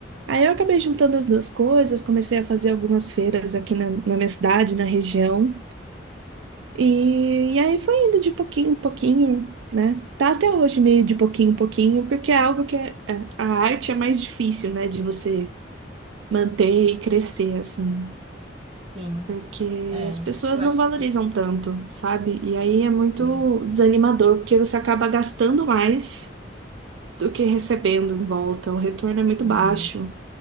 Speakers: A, on the right; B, on the right.
A: aí eu acabei juntando as duas coisas, comecei a fazer algumas feiras aqui na, na minha cidade, na região, e, e aí foi indo de pouquinho em pouquinho. Né? Tá até hoje meio de pouquinho em pouquinho, porque é algo que é- é- a arte é mais difícil, né, de você manter e crescer, assim,
B: sim,
A: porque
B: é,
A: as pessoas
B: eu acho
A: não valorizam
B: que,
A: tanto, sabe? E aí é muito
B: sei.
A: desanimador, porque você acaba gastando mais do que recebendo em volta. O retorno é muito
B: uhum,
A: baixo,